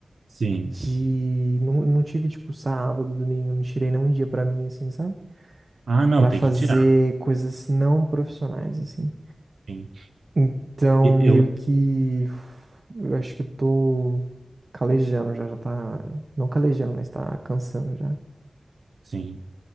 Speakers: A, on the right (about 80°); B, on the right (about 50°).
A: Sim.
B: De. Não, não tive, tipo, sábado, domingo, não tirei nem um dia pra mim, assim, sabe?
A: Ah, não,
B: Pra
A: tem
B: fazer
A: que tirar.
B: coisas não profissionais, assim.
A: Sim.
B: Então,
A: E-
B: meio
A: Eu.
B: que. Eu acho que eu tô calejando já, já tá. Não calejando, mas tá cansando já.
A: Sim.